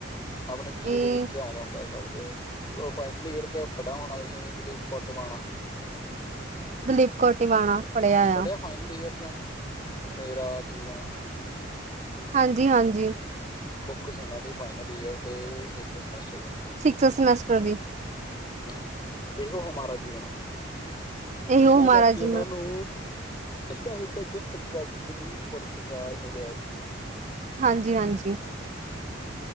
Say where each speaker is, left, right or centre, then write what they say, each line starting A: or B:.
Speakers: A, on the left; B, on the right.
A: ਆਪਣੇ ਬੀ ਏ
B: ਇਹ
A: ਦੇ ਵਿੱਚ ਆਉਂਦਾ ਹੁੰਦਾ ਸ਼ਬਦ ਇਹ ਏ। ਫਾਈਨਲ ਈਅਰ 'ਚ ਪੜ੍ਹਿਆ ਹੋਣਾ ਤੁਸੀਂ, ਦਲੀਪ ਕੋਟਵਣਾ।
B: ਦਲੀਪ ਕੌਰਟਿਵਾਣਾ ਪੜਾਇਆ ਆਯਾ
A: ਪੜਿਆ ਫਾਈਨਲ ਈਅਰ ਚ ਆਂ, ਮੇਰਾ ਜੀਵਨ ਆਅ।
B: ਹਾਂਜੀ-ਹਾਂਜੀ।
A: ਬੁੱਕ ਸੀ ਉਹਨਾ ਦੀ, ਫਾਈਨਲ ਯੀਅਰ ਦੇ ਸਿਕਸਥ ਸੇਮਸਟਰ ਚ ਆਂ।
B: ਸਿਕ੍ਸਥ ਸੈਮੈਸਟਰ ਦੀ।
A: ਹਮ ਇਹੋ ਹਮਾਰਾ ਜੀਵਨ ਆ,
B: ਇਹੋ
A: ਜਿਨਾਂ
B: ਮਹਾਰਾਜ
A: ਕਰਕੇ ਉਹਨਾਂ
B: ਜੀ।
A: ਨੂੰ ਸਾਹਿਤਕ ਅਕਾਦਮੀ ਪੁਰਸਕਾਰ ਮਿਲਿਆ ਸੀ।
B: ਹਾਂਜੀ- ਹਾਂਜੀ